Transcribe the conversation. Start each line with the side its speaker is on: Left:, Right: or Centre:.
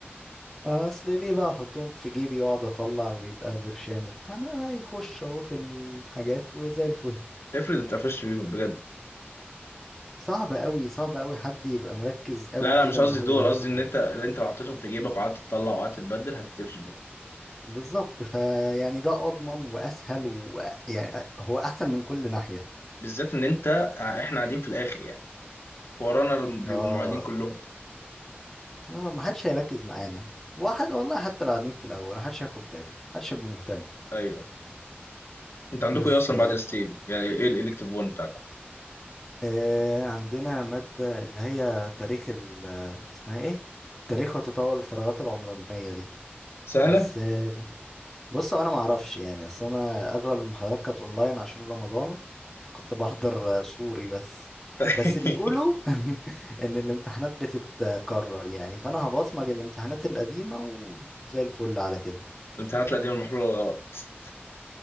Centre: اصل ليه بقى احطهم في جيبي واقعد اطلع ويبقى برشام وبتاع ما هيخش اهو في الحاجات وزي الفل
Left: افرض اتقفشت بيهم بجد
Centre: صعب قوي صعب قوي حد يبقى مركز قوي
Left: لا لا
Centre: كده
Left: مش
Centre: ان
Left: قصدي
Centre: هو
Left: دول
Centre: هياخد
Left: قصدي ان
Centre: باله
Left: انت اللي انت لو حطيتهم في جيبك وقعدت تطلع وقعدت تبدل هتتقفش بيهم
Centre: بالظبط فيعني ده اضمن واسهل ويعني هو احسن من كل ناحية
Left: بالذات ان انت آه، احنا قاعدين في الاخر يعني ورانا الم- بيبقوا
Centre: اه
Left: المعيدين كلهم
Centre: اه ما حدش هيركز معانا واحد والله حتى لو قاعدين في الاول ما حدش هياخد باله ما حدش هيبقى مهتم
Left: ايوه انت عندكم
Centre: بس
Left: ايه اصلا بعد الستيل يعني ايه الالكتيف 1 بتاعكم
Centre: آه عندنا مادة اللي هي تاريخ ال اسمها ايه تاريخ وتطور الفراغات العمرانية دي
Left: سهله
Centre: بس آه بص انا ما اعرفش يعني اصل انا اغلب المحاضرات كانت اونلاين عشان رمضان فكنت بحضر آه، صوري بس
Left: <laughs>
Centre: بس بيقولوا <laughs> ان الامتحانات بتتكرر يعني فانا هبصمج الامتحانات القديمة وزي الفل على كده
Left: الامتحانات القديمة المحلولة الغلط